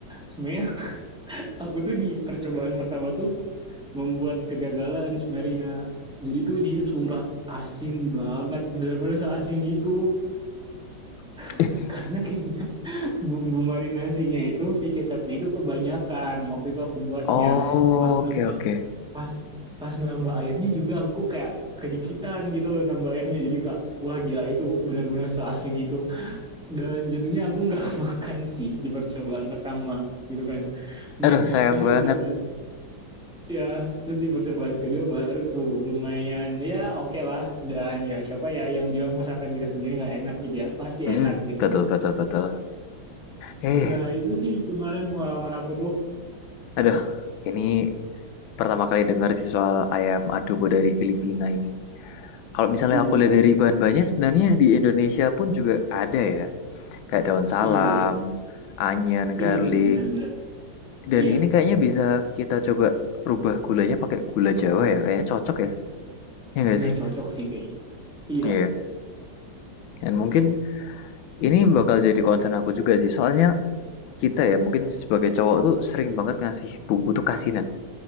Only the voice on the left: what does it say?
<laughs>
Oh,
oke,
oke.
Aduh, sayang
banget.
Mm,
betul, betul, betul. Eh,
aduh. Ini pertama kali dengar sih soal ayam adobo dari Filipina ini. Kalau misalnya
aku lihat dari bahan-bahannya, sebenarnya di Indonesia pun juga ada ya. Kayak daun salam,
onion, garlic.
Dan
ini kayaknya bisa kita coba rubah gulanya pakai gula Jawa ya. Kayaknya cocok ya. Ya nggak
sih?
Iya. Dan mungkin ini bakal jadi concern aku juga sih. Soalnya kita ya mungkin sebagai cowok tuh sering banget ngasih bumbu tuh kasinan.